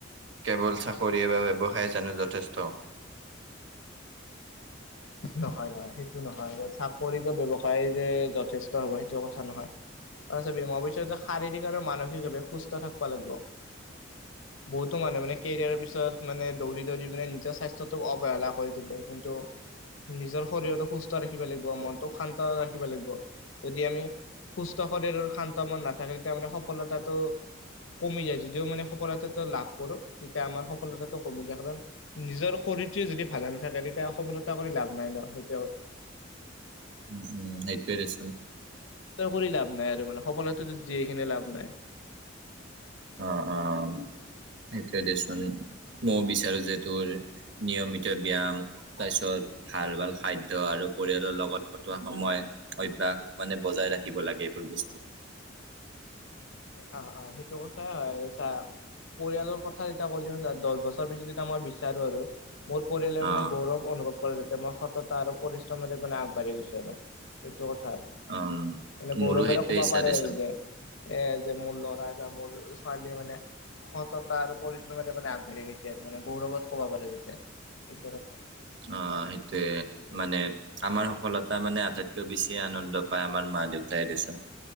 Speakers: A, on the right (about 65°); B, on the left (about 85°).
A: কেৱল চাকৰি বা ব্যৱসায়ত। জানো যথেষ্ট।
B: নহয়, নহয় সেইটো নহয় চাকৰি বা ব্যৱসায় যে যথেষ্ট হ'ব সেইটো কথা নহয়। তই চাবি মই কচু শাৰীৰিক আৰু মানসিকভাৱে সুস্থ থাকবা লাগব। বহুতো মানুহ মানে কেৰিয়াৰৰ পিছত য'ত মানে দৌৰি দৌৰি মানে নিজৰ স্বাস্থ্যটোক অৱহেলা কৰি তোলে কিন্তু নিজৰ শৰীৰটো সুস্থ ৰাখিব লাগিব মনটোক শান্ত ৰাখিব লাগিব যদি আমি সুস্থ শৰীৰৰ শান্ত মন নাথাকে তেতিয়া মানে সফলতাটো কমি যায় যদিও মানে সফলতা লাভ কৰো। তেতিয়া আমাৰ সফলতাটো কমি যায় কাৰণ নিজৰ শৰীৰটোৱে যদি ভালে নাথাকে তেতিয়া সফলতা কৰি লাভ নাই ন' সেইটো
A: উম, উম, সেইটোৱে দেছোন।
B: তই কৰি লাভ নাই আৰু মানে সফলতা দিয়ে কিনে লাভ নাই।
A: অ', অ', সেইটোয়ে দেচোন মই বিচাৰো যে তোৰ নিয়মিত ব্যায়াম তাৰপিছত ভাল ভাল খাদ্য আৰু পৰিয়ালৰ লগত কটোৱা সময়। অভ্যাস মানে বজাই ৰাখিব লাগে এইবোৰ বস্তু
B: অ'অ' সেইটো কথাই হয় আৰু চা। পৰিয়ালৰ কথা যেতিয়া কলি আৰু দহ বছৰ পিছত যেতিয়া মই বিচাৰো আৰু মোৰ পৰিয়ালে
A: অ
B: মানে গৌৰৱ অনুভৱ কৰে যাতে মই সততা আৰু পৰিশ্ৰমৰে মানে আগবাঢ়িব গৈছো আৰু। এইটো কথা
A: উম
B: এ গৌৰৱে
A: মোৰো সেইটোৱে
B: ক'ব
A: ইচ্ছা
B: পাৰে
A: দেচোন
B: আৰু যে এ যে মোৰ ল'ৰাই বা মোৰ ছোৱালী মানে সততা আৰু পৰিশ্ৰমেৰে মানে আগবাঢ়ি গৈছে আৰু মানে গৌৰৱত ক'ব পাৰে যাতে সেইটো কথা।
A: অ সেইটোয়ে মানে আমাৰ সফলতা মানে আটাইতকৈ বেছি আনন্দ পায়। আমাৰ মা দেউাতাই দেচোন।